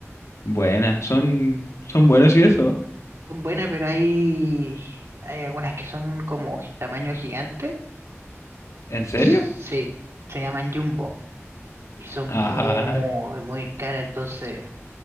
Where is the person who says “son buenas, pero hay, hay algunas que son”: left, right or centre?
Right